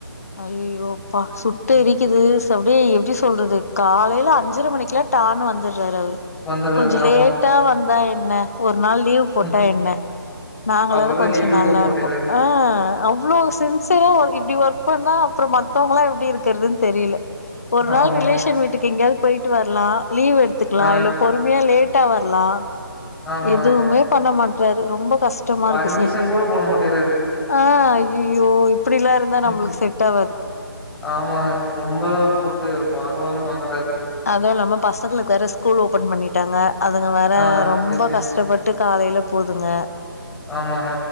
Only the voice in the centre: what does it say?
ம்
வந்துர்றாரு
ஆமாங்க.
ம்
அவருதா
லீவே
போட மாட்டேங்றாரு.
ஆமாங்க.
ஆ
ஆமாங்க.
பர்மிஷன்
கூட போட மாட்டேங்றாரு.
ம்
ஆமாங்க ரொம்பதா போட்டு வாங்கு வாங்குன் வாங்குதார்
ஆ
சரி, சரிங்க.
ஆமாங்க